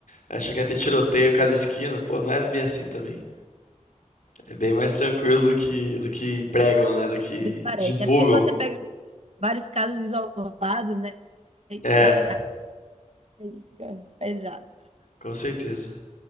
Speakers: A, on the left (about 85°); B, on the right (about 55°).
A: achou que ia ter tiroteio a cada esquina. Pô, não é bem assim também. É bem mais tranquilo do que, do que pregam, né? Do que
B: do que parece.
A: divulgam.
B: É porque quando você pega vários casos isolados, né? E
A: É,
B: tá, aí fica pesado.
A: com certeza.